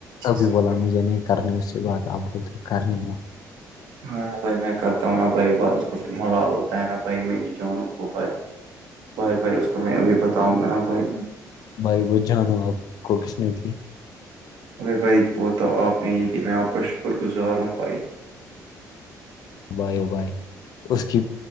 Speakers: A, on the left; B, on the right.
A: ابھی
B: سے
A: بولا
B: بھائی
A: مجھے نہیں کرنی اس سے بات آپ بولتے ہو کرنی ہے
B: ہاں بھائی میں کرتا ہوں نا بھائی ب اس کو پھر ملال ہوتا ہے نا بھائی میری جوانوں کو بھائی بھائی بھائی اس کو میں ابھی بتاؤں گا نا بھائی
A: بھائی ب جان آپ کو کسنی ت
B: ارے بھائی وہ تو آپ نے ہی تھی میں آپ کا شکر گزار ہوں بھائی
A: بائی بائی اس کی